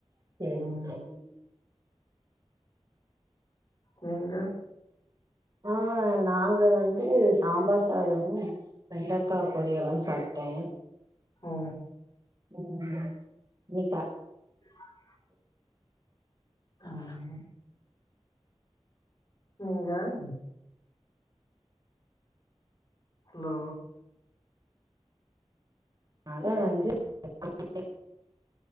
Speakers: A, on the right; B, on the left.
A: சேரி
B: ம்
A: சேரிங்
B: நீங்க
A: ஆ ஆ நாங்க வந்து சாம்பார் சாதமு வெண்டக்கா பொரியலு சாப்டே
B: ஓ
A: ம் இன்னிக்கா
B: இது ஆமா அவுங்க என்ஜாய் ஹலோ
A: மழ வந்து <inaudible>